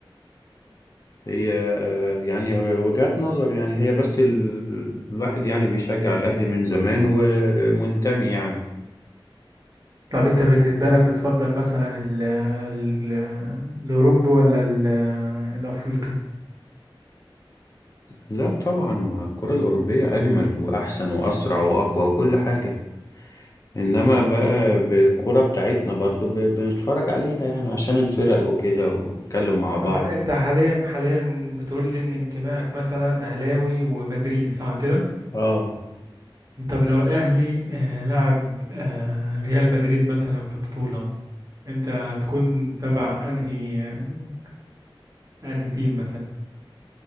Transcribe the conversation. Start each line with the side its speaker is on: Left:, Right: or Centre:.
Left: هي آه، يعني وجهات نظر يعني هي بس ال... الواحد يعني بيشجع الاهلي من زمان ومنتمي يعني
Right: طب انت بالنسبة لك بتفضل مثلا ال ال الاوروبي ولا ال الافريقي
Left: لا طبعا ما الكرة الأوروبية أجمل وأحسن وأسرع وأقوى وكل حاجة إنما بقى بالكرة بتاعتنا برضو ب- بنتفرج عليها يعني عشان الفرق وكده ونتكلم مع بعض
Right: طب انت حاليا حاليا بتقول لي ان انتمائك مثلا اهلاوي ومدريدي صح كده
Left: آه
Right: طب لو الاهلي آه، لعب آه، ريال مدريد مثلا في بطولة انت هتكون تبع انهي آه، انهي تيم مثلا